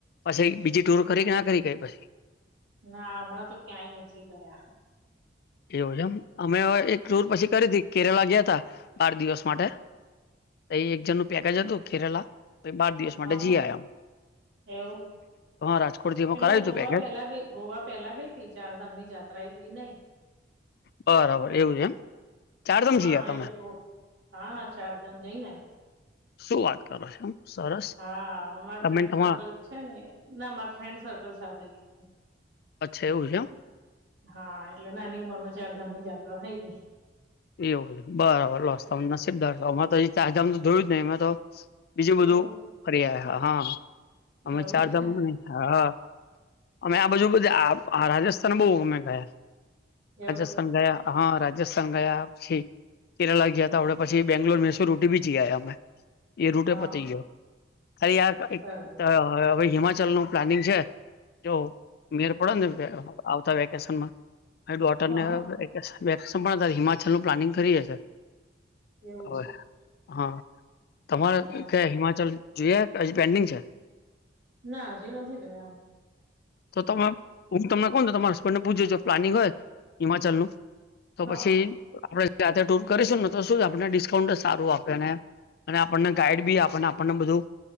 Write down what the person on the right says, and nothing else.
ના હમણાં તો ક્યાંય નથી ગયા
હા
હા.
એવું
પેલે
હું ગોવા
પેલા ગઈ ગોવા પેલા ગઈ ચાર ધામ ની જાયાત્રા એ થઈ નઈ
હા
એટલે
હા ચારધામ જઈને
હા અમાર
ફ્રેન્ડ
સર્કલ છે ને ના માર ફ્રેન્ડ સર્કલ સાથે ગય
હા એટલે નાની ઉંમર માં ચાર ધામ ની જાયાત્રા થઈ ગઈ
એવું
એવું
એવું
હા
હા
બરાબર
હા હા
એવું
છે
ના ના
ના, હજી નથી ગયા અમે.
હા